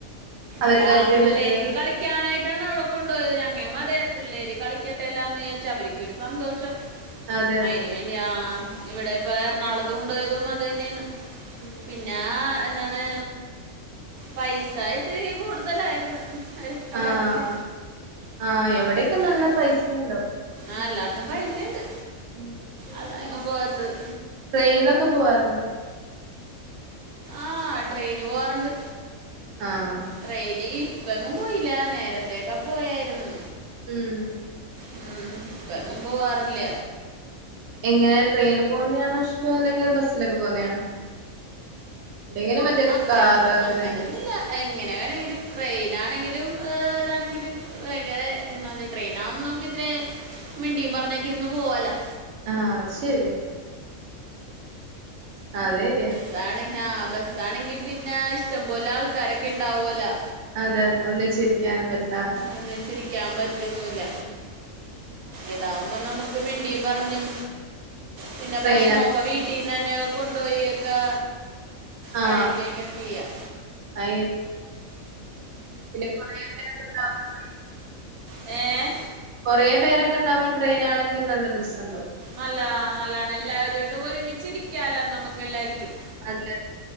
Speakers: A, on the right; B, on the right.
A: അവർക്കായിട്ട്
B: അല്ല ആഹ് പിള്ളേരിക്ക്
A: മറ്റേ
B: കളി ക്കാനായിട്ടാണ് അവിടെ കൊണ്ടു പോയത് ഞങ്ങേ അതേ പിള്ളേര് കളിക്കട്ടെല്ലാന്ന് വിചാരിച്ചാ അവർക്ക് ഒരു സന്തോഷം.
A: അതെ അതെ
B: അയിന് വേണ്ടിയ ആഹ് ഇവിടെ ഇപ്പ എറണാകുളത്ത് കൊണ്ട് പോയതും അത് തന്നെയാണ്.
A: ഉം
B: പിന്നെ എന്താണ് പൈസ ഇത്തിരി കൂടുതലായിരുന്നു ഒരാക്ക്
A: ആഹ് ആഹ് എവിടെയൊക്കെ
B: പൈസ വേണം
A: നല്ല പൈസ ഇണ്ടാവും ഉം
B: ആഹ് എല്ലായിടത്തും പൈസ ഉണ്ട്
A: ഉം പിന്നെ
B: അതാ എങ്ങും പോകാത്തത്
A: ട്രെയിനിലൊക്കെ പോവാറുണ്ടോ
B: ആഹ് ട്രെയിന് പോവാറുണ്ട്
A: ആഹ്
B: ട്രയി ഡി ഇപ്പഴെങ്ങും പോയില്ല നേരത്തേ ഒക്കെ പോയായിരുന്നു
A: ഉം
B: ഉം ഇപ്പം എങ്ങു പോവാറില്ല
A: എങ്ങനെ ട്രെയിനിൽ പോകുന്നതാണോ ഇഷ്ടോ അല്ലെങ്കിൽ ബസ്സിലൊക്കെ പോവുന്നാണോ അല്ലെങ്കിലും മറ്റേ
B: അങ്ങനെ
A: കാറ് അങ്ങനെ
B: അങ്ങനൊന്നുമില്ല
A: എന്തെങ്കിലും
B: എങ്ങനെ വേണെങ്കിലും ട്രെയിന ആണെങ്കിലും ഇതാണെങ്കിലും ഭയങ്കര എന്നാ ന്ന് ട്രെയിനാവുംമ്പൊ നമുക്ക് ഇത്രേ മിണ്ടിയും പറഞ്ഞെക്കി ഇരുന്ന് പോവാല്ലോ
A: ആഹ് ശരി അത് ശരിയാ
B: ഇതാണെ ഹാ ബസാണെങ്കി പിന്നെ ഇഷ്ടംപോലെ ആൾക്കാരൊക്കെ ഉണ്ടാവുമല്ലോ
A: അതെ അതെ ഒന്ന് ചിരിക്കാനും പറ്റില്ല
B: ഒന്ന് ചിരിക്കാൻ പറ്റൊന്നുല്ല ഇതാവുമ്പോ നമുക്ക് മിണ്ടിയും പറഞ്ഞും പിന്നെ
A: ട്രെയിന
B: ഭക്ഷണൊക്കെ വീ ട്ടീന്ന് തന്നെ കൊണ്ട്പോയി ഒക്കെ
A: ആഹ്
B: കഴിക്കുകൊക്കെ ചെയ്യാം
A: അയ് പിന്നെ കൊറേ പേരുണ്ടല്ലോ <unintelligible>
B: ഏ
A: കുറെ പേരൊക്കെ ഉണ്ടാവുമ്പോൾ ട്രയിന ആണെങ്കിൽ നല്ല ദിവസം ഉണ്ടാവും
B: നല്ല നല്ലാണ് എല്ലാവരോട്ടും ഒരുമിച്ചി ഇരിക്കാല നമുക്ക് എല്ലാരിക്കും
A: അതെ